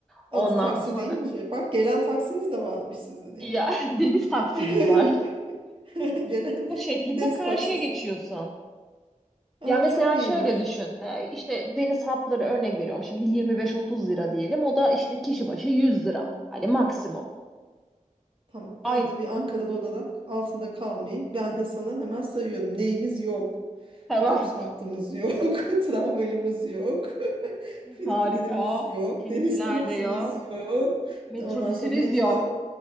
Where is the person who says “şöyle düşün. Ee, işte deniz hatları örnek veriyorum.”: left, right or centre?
Centre